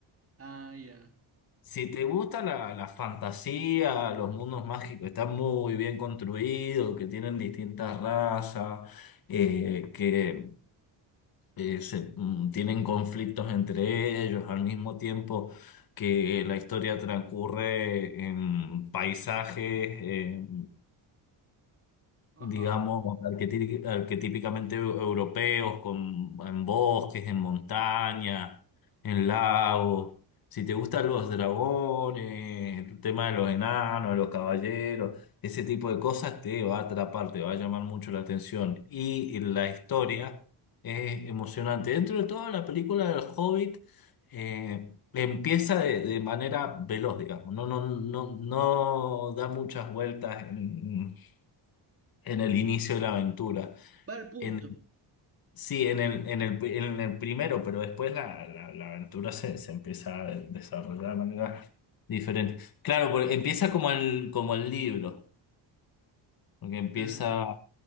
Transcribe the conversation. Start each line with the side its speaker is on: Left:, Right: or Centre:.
Right: Ah, ya.
Left: Si te gusta la, la fantasía, los mundos mágicos, están muy bien construidos, que tienen distintas razas, eh, que eh, se, mm, tienen conflictos entre ellos, al mismo tiempo que la historia transcurre en paisajes. eh,
Right: Ajá.
Left: digamos, arquetí- arquetípicamente eu- europeos, con, en bosques, en montaña, en lagos. Si te gustan los dragones, el tema de los enanos, de los caballeros, ese tipo de cosas te va a atrapar, te va a llamar mucho la atención. Y la historia es emocionante. Dentro de todo, la película del Hobbit eh, empieza de, de manera veloz, digamos. No, no, no, no da muchas vueltas en en el inicio de la aventura.
Right: Va al punto.
Left: En, sí, en el, en el, pri- en el primero, pero después la, la, la aventura se, se empieza a desarrollar de manera diferente. Claro, porque empieza como el, como el libro, porque empieza,
Right: Ah,